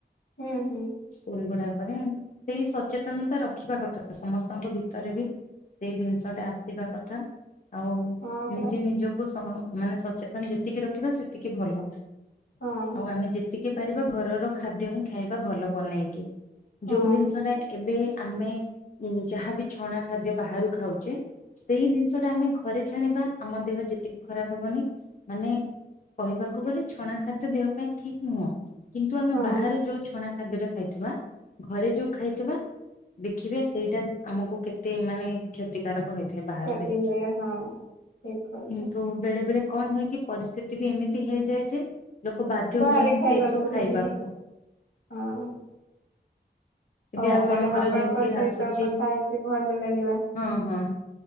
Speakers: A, on the left; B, on the left.
A: ହୁଁ ହୁଁ
B: ସ୍କୁଲ ଗୁଡା କରେ ସେଇ ସଚେତନତା ରଖିବା କଥା। ସମସ୍ତଙ୍କ ଭିତରେ ବି ସେଇ ଜିନିଷ ଟା ଆସିବା କଥା। ଆଉ
A: ହଁ ପରା
B: ନିଜେ ନିଜକୁ ସ-ମାନେ ସଚେତନ ଯେତିକି ରଖିବା ସେତିକି ଭଲ।
A: ହଁ
B: ଆଉ ଆମେ ଯେତିକି ପାରିବା ଘରର ଖାଦ୍ୟ ହିଁ ଖାଇବା ଭଲ ବନେଇକି।
A: ହଁ
B: ଯୋଉ ଜିନିଷ ଟା ଏବେ ଆମେ ଯାହାବି ଛଣା ଖାଦ୍ୟ ବାହାରୁ ଖାଉଛେ ସେଇ ଜିନିଷ ଟା ଆମେ ଘରେ ଛାଣିବା ଆମ ଦେହ ଯେତିକି ଖରାପ ହବନି ମାନେ କହିବାକୁ ଗଲେ ଛଣା ଖାଦ୍ୟ ଦେହ ପାଇଁ ଠିକ ନୁହଁ କିନ୍ତୁ ଆମେ
A: ହଁ
B: ବାହାରୁ ଯୋଉ ଛଣା ଖାଦ୍ୟଟା ଖାଇଥିବା ଘରେ ଯୋଉ ଖାଇଥିବା ଦେଖିବେ ସେଇଟା ଆମକୁ କେତେ ମାନେ କ୍ଷତିକାରକ। ଥାଏ ବାହାର
A: କ୍ଷତି
B: ଜିନିଷ
A: ହୁଏ ହଁ ଠିକ କଥା।
B: କିନ୍ତୁ ବେଳେ ବେଳେ କଣ ହୁଏ କି? ପରିସ୍ଥିତି ବି ଏମିତି ହେଇଯାଏ ଯେ ଲୋକ ବାଧ୍ୟ
A: ବାହାରେ
B: ହୁଅନ୍ତି
A: ଖାଇବାକୁ
B: ସେଇଥୁ ଖାଇବାକୁ।
A: ହୁଏ ହଁ
B: ଏବେ
A: ହଉ
B: ଆପଣଙ୍କର
A: ମ୍ୟାଡାମ ଆପଣଙ୍କ
B: ଯେମିତି
A: ସହିତ
B: ଆସୁଛି
A: କଥା ହେଇକି ଭଲ ଲାଗିଲା।
B: ହଁ ହଁ।